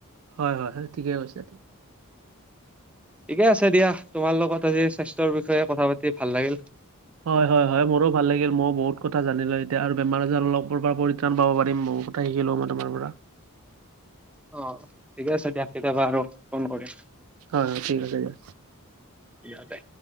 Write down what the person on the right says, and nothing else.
হয়, হয় হয় সেইটো ঠিকে কৈছে
হয়, হয়, হয় মোৰো ভাল লাগিল মইও বহুত কথা জানিলো এতিয়া আৰু বেমাৰ আজাৰ অলপ পৰা পৰিত্ৰাণ পাব পাৰিম ম, শিকি লওঁ মই তোমাৰ পৰা।
হয় হয় ঠিক আছে দিয়া।